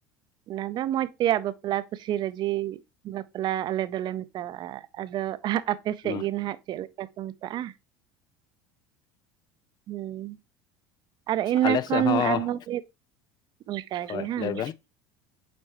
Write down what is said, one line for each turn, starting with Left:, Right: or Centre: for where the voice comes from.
Right: ᱚᱱᱟ ᱫᱚ ᱢᱚᱸᱡᱽ ᱛᱮᱭᱟᱜ ᱵᱟᱯᱞᱟ ᱠᱩᱥᱤ ᱨᱟᱹᱡᱤ ᱵᱟᱯᱞᱟ ᱟᱞᱮ ᱫᱚᱞᱮ ᱢᱮᱛᱟᱣᱟᱜᱼᱟ ᱟᱫᱚ ᱟᱯᱮ
Left: ᱦᱩᱸ
Right: ᱥᱮᱫ ᱜᱮ ᱱᱟᱦᱟᱜ ᱪᱮᱫ ᱞᱮᱠᱟ ᱠᱚ ᱢᱮᱛᱟᱜᱼᱟ ᱦᱮᱸ ᱟᱨ ᱤᱱᱟᱹ
Left: ᱟᱞᱮ
Right: ᱠᱷᱚᱱ
Left: ᱥᱮᱫ ᱦᱚᱸ
Right: ᱟᱨᱦᱚᱸ ᱚᱱᱠᱟᱜᱮ
Left: ᱦᱳᱭ
Right: ᱦᱮᱸ
Left: ᱞᱟᱹᱭ